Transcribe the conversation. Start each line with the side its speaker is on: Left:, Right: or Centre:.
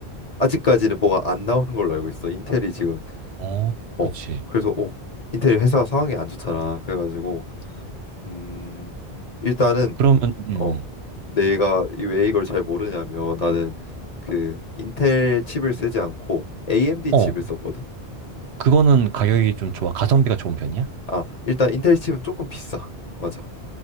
Left: 아직까지는 뭐가 안 나오는 걸로 알고 있어. 인텔이 지금
Right: 어,
Left: 어,
Right: 그치.
Left: 그래서 어, 인텔 회사 상황이 안 좋잖아. 그래가지고 음, 일단은
Right: 그러면, 음, 음.
Left: 어, 내가 이- 왜 이걸 잘 모르냐면 나는 그 인텔 칩을 쓰지 않고 AMD
Right: 어,
Left: 칩을 썼거든.
Right: 그거는 가격이 좀 좋아. 가성비가 좋은 편이야?
Left: 아, 일단 인텔 칩은 조금 비싸. 맞아.